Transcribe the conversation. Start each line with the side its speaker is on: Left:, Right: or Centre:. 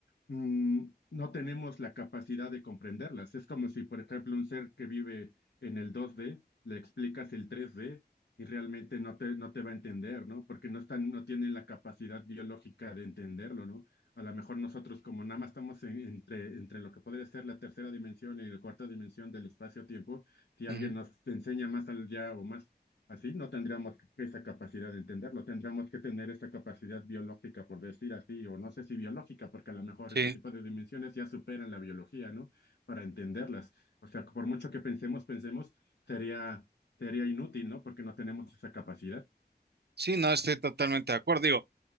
Left: mm, no tenemos la capacidad de comprenderlas. Es como si, por ejemplo, un ser que vive en el 2D, le explicas el 3D y realmente no te, no te va a entender, ¿no? Porque no están, no tienen la capacidad biológica de entenderlo, ¿no? a lo mejor nosotros como nada más estamos en- entre, entre lo que podría ser la tercera dimensión y la cuarta dimensión del espacio-tiempo, si alguien
Right: ujú,
Left: nos enseña más allá o más así, no tendríamos esa capacidad de entenderlo, tendríamos que tener esa capacidad biológica, por decir así, o no sé si biológica, porque a lo mejor
Right: sí.
Left: ese tipo de dimensiones ya superan la biología, ¿no? Para entenderlas. O sea, por mucho que pensemos, pensemos, sería, sería inútil, ¿no? Porque no tenemos esa capacidad.
Right: Sí, no, estoy totalmente de acuerdo. Digo,